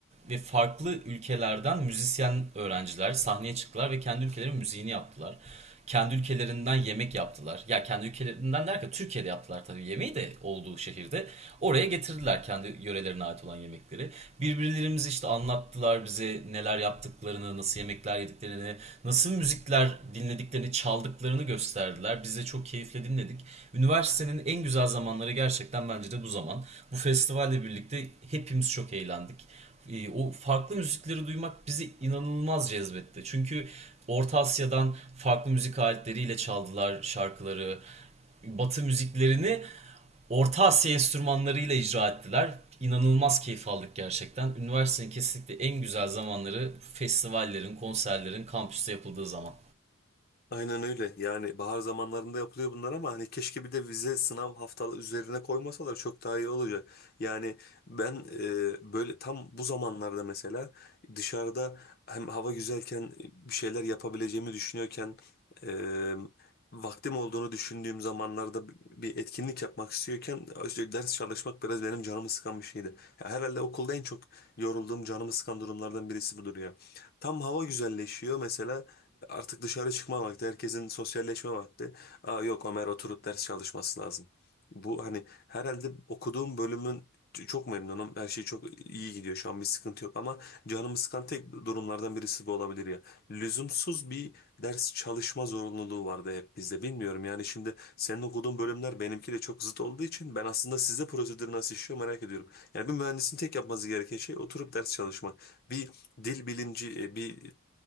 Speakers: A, on the right; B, on the left.
A: ve farklı ülkelerden müzisyen öğrenciler sahneye çıktılar ve kendi ülkelerinin müziğini yaptılar. Kendi ülkelerinden yemek yaptılar. Ya kendi ülkelerinden derken Türkiye'de yaptılar tabii yemeği de olduğu şehirde. Oraya getirdiler kendi yörelerine ait olan yemekleri. Birbirlerimizi işte anlattılar bize neler yaptıklarını, nasıl yemekler yediklerini, nasıl müzikler dinlediklerini, çaldıklarını gösterdiler. Biz de çok keyifle dinledik. Üniversitenin en güzel zamanları gerçekten bence de bu zaman. Bu festivalle birlikte hepimiz çok eğlendik e, o farklı müzikleri duymak bizi inanılmaz cezbetti. Çünkü Orta Asya'dan farklı müzik aletleriyle çaldılar şarkıları. Batı müziklerini Orta Asya enstrümanlarıyla icra ettiler. İnanılmaz keyif aldık gerçekten. Üniversitenin kesinlikle en güzel zamanları festivallerin, konserlerin kampüste yapıldığı zaman.
B: Aynen öyle. Yani bahar zamanlarında yapılıyor bunlar ama hani keşke bir de vize sınav haftalı üzerine koymasalar çok daha iyi olacak. Yani ben e, böyle tam bu zamanlarda mesela dışarıda hem hava güzelken bir şeyler yapabileceğimi düşünüyorken e, vaktim olduğunu düşündüğüm zamanlarda bir etkinlik yapmak istiyorken işte ders çalışmak biraz benim canımı sıkan bir şeydi. Ya herhalde okulda en çok yorulduğum canımı sıkan durumlardan birisi budur ya. Tam hava güzelleşiyor mesela Artık dışarı çıkma vakti, herkesin sosyalleşme vakti. Aa yok Ömer oturup ders çalışması lazım. Bu hani herhalde okuduğum bölümün ç- çok memnunum. Her şey çok iyi gidiyor şu an bir sıkıntı yok ama canımı sıkan tek durumlardan birisi bu olabilir ya. Lüzumsuz bir ders çalışma zorunluluğu vardı hep bizde. Bilmiyorum yani şimdi senin okuduğun bölümler benimkiyle çok zıt olduğu için ben aslında size prosedür nasıl işliyor merak ediyorum. Yani bir mühendisin tek yapması gereken şey oturup ders çalışmak. Bir dil bilimci, e, bir